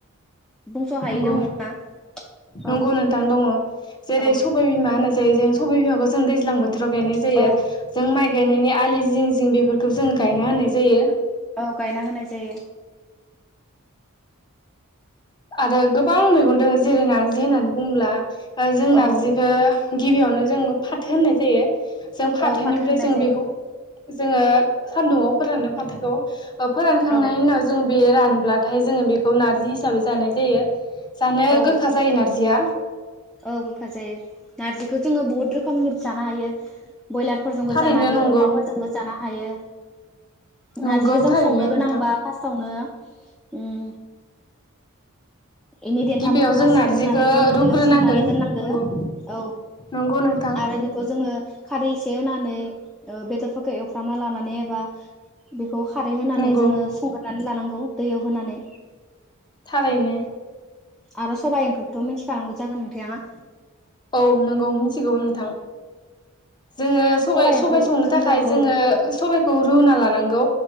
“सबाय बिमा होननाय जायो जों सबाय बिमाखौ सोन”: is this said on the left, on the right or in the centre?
Left